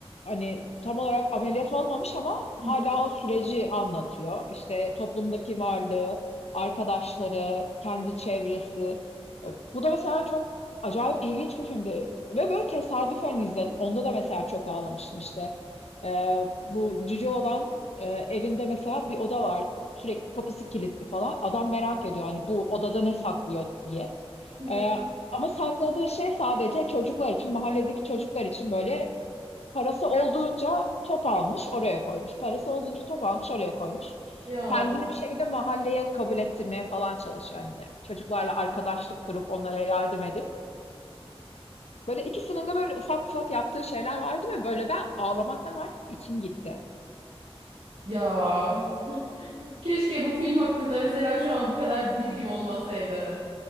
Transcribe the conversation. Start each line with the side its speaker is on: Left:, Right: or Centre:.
Left: Hani tam olarak ameliyat olmamış ama hala
Right: Hı hı.
Left: o süreci anlatıyor. İşte toplumdaki varlığı, arkadaşları, kendi çevresi. E, Bu da mesela çok acayip ilginç bir filmdi. Ve böyle tesadüfen izledim. Onda da mesela çok ağlamıştım işte. E, bu cüce olan e, evinde mesela bir oda var. Sürekli kapısı kilitli falan. Adam merak ediyor hani bu odada ne saklıyor diye.
Right: Hı hı.
Left: E, ama sakladığı şey sadece çocuklar için, mahalledeki çocuklar için böyle Parası olduğunca top almış, oraya koymuş. Parası olduğunca top almış, oraya koymuş.
Right: Ya.
Left: Kendini bir şekilde mahalleye kabul ettirmeye falan çalışıyor anne. Çocuklarla arkadaşlık kurup onlara yardım edip. Böyle ikisinin de böyle ufak ufak yaptığı şeyler vardı ve böyle ben ağlamaktan artık içim gitti.
Right: Ya. <laughs> Keşke bu film hakkında mesela şu an bu kadar bilgim olmasaydı.